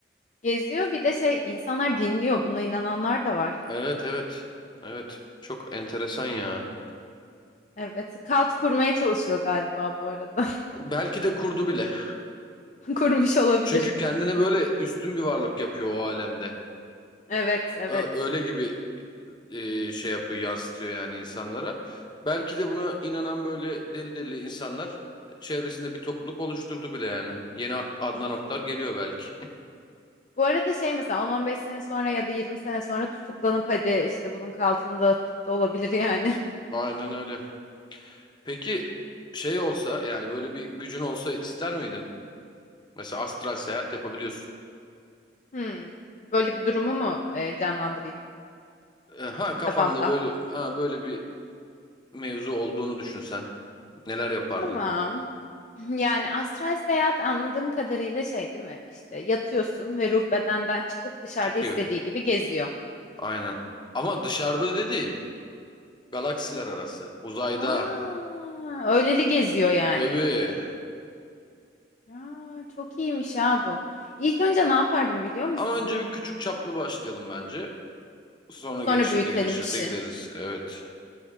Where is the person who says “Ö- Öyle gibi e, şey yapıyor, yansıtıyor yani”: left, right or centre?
Left